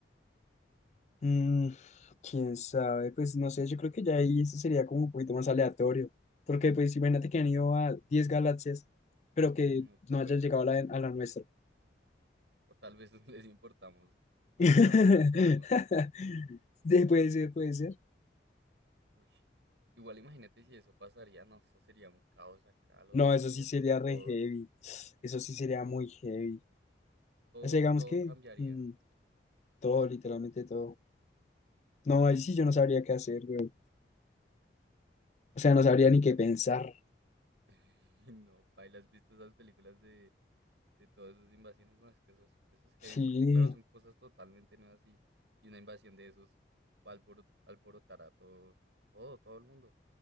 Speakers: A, on the left; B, on the right.
A: Mm, quién sabe, pues no sé, yo creo que ya ahí eso sería como un poquito más aleatorio, porque pues imagínate que han ido a 10 galaxias, pero que
B: Mm, no,
A: no
B: bueno,
A: hayan llegado
B: sí,
A: a la, a la nuestra.
B: o tal vez <laughs> no les importamos
A: <laughs>
B: eh, nada, o sea, somos,
A: Sí, Puede ser, puede ser.
B: Uy, igual imagínate si eso pasaría, no, eso sería un caos acá, los
A: No,
B: gobiernos,
A: eso sí sería
B: todo,
A: re heavy, eso sí sería
B: uff,
A: muy heavy.
B: todo,
A: O sea, digamos
B: todo
A: que
B: cambiaría.
A: mm, todo, literalmente todo. No, ahí sí yo no sabría qué hacer, güey. O sea, no sabría ni qué
B: ¿Las
A: pensar.
B: vis- <laughs> No, paila, ¿has visto esas películas de, de todas esas invasiones? No, es que eso es, eso es heavy,
A: Sí,
B: porque claro, son cosas totalmente nuevas y, y una invasión de esos va a alboro- alborotar a todos, todo, todo el mundo.